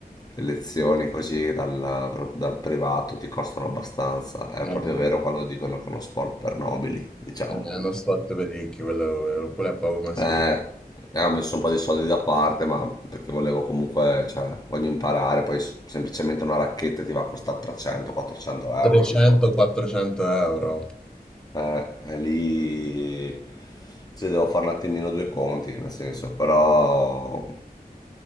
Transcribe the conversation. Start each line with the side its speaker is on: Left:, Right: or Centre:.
Left: le lezioni così dal, dal privato ti costano abbastanza. È
Centre: È,
Left: proprio
Centre: un-
Left: vero quando dicono che è uno sport per nobili, diciamo.
Centre: è uno sport per ricchi, quello, quello è poco ma
Left: Eh,
Centre: sì.
Left: eh, ho messo un po' di soldi da parte, ma perché volevo comunque, cioè, voglio imparare, poi s- semplicemente una racchetta ti va a costare 300-400 euro,
Centre: 300-400
Left: tipo.
Centre: euro.
Left: Eh, e lì, cioè, devo fare un attimino due conti, nel senso, però